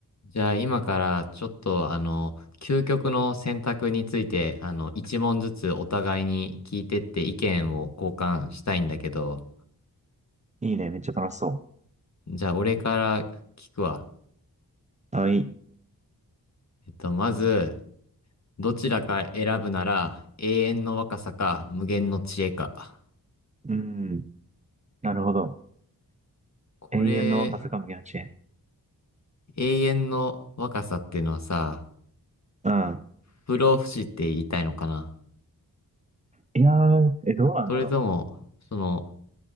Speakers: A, on the left; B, on the right.
A: じゃあ今からちょっとあの、究極の選択について、あの、一問ずつお互いに聞いてって意見を交換したいんだけど、
B: いいね。めっちゃ楽しそ
A: じゃあ俺から聞くわ。
B: う。あ、いい。
A: えっと、まず、どちらか選ぶなら永遠の若さか無限の知恵か。
B: うん。なるほど。
A: これ、
B: 永遠の若さか無限八へ。
A: 永遠の若さっていうのはさ、
B: うん。
A: 不老不死って言いたいのかな
B: いやー、え、どうなんだろ
A: それとも、その、